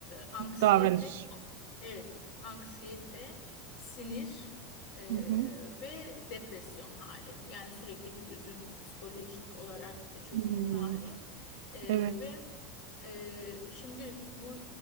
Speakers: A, on the left; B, on the right.
A: anksiyete,
B: Davranış.
A: Evet, anksiyete, sinir e,
B: Hı hı.
A: ve depresyon hali. Yani sürekli bir üzüntü psikolojik olarak çöküntü
B: Hmm,
A: hali. E,
B: Evet.
A: ve e, şimdi bu